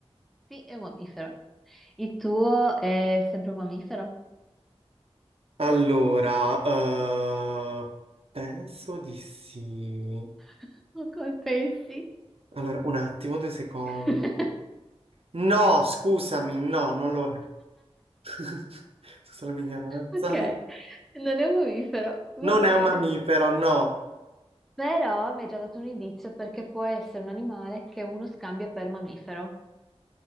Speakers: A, in the centre; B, on the right.
A: Sì, è un mammifero. Il tuo è sempre un mammifero?
B: Allora, eh, penso di sì.
A: <laughs> Ma come pensi?
B: Allora, un attimo, due secondi.
A: <laughs>
B: No, scusami, no, non lo è. <laughs> Scusa la mia ignoranza.
A: Ok, non è un mammifero, va
B: Non
A: bene.
B: è un mammifero, no.
A: Però mi hai già dato un indizio perché può essere un animale che uno scambia per mammifero.